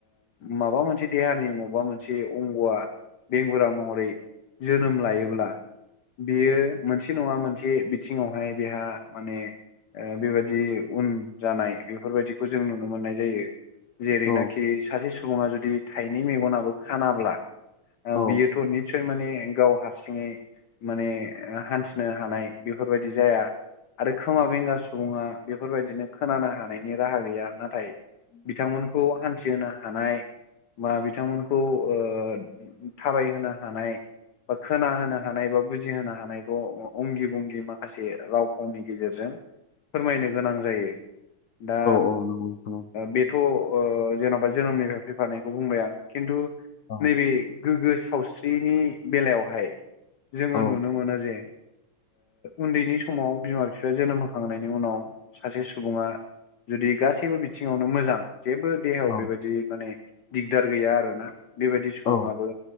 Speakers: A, on the left; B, on the left.
A: माबा मोनसे देहानि माबा मोनसे अंग'आ बेंगुरा महरै जोनोम लायोब्ला बियो मोनसे नङा मोनसे मोनसे बिथिङावहाय बेहा माने बेबायदि उन जानाय बेफोरबायदिखौ जों नुनो मोननाय जायो जेरैनाखि
B: औ
A: सासे सुबुङा जुदि थाइनै मेगनाबो खानाब्ला
B: औ
A: बियोथ' निस्सय माने गाव हारसिङै माने हान्थिनो हानाय बेफोरबायदि जाया आरो खोमा बेंगा सुबुङा बेफोरबायदिनो खोनानो हानायनि राहा गैया नाथाय बिथांमोनखौ हान्थिहोनो हानाय बा बिथांमोनखौ ओ थाबायहोनो हानाय बा खोना होनो हानाय बा बुजिहोनो हानाय हानायखौ अंगि बंगि माखासे राव फावनि गेजेरजों फोरमायनो गोनां जायो दा
B: औ नंगौ नंगौ
A: बे जेनेबा जोनोमनिफ्राय फैफानायखौ बुंबाय आं खिन्थु
B: औ
A: नैबे गोग्गो सावस्रिनि बेलायावहाय जोङो
B: औ
A: नुनो नुनो मोनो जे उन्दैनि समाव बिमा बिफाया जोनोम होखांनायनि उनाव सासे सुबुङा जुदि गासैबो बिथिङावनो मोजां जेबो देहायाव
B: औ
A: बेबायदि माने दिगदार गैया आरोना बेबायदि सुबुङाबो
B: औ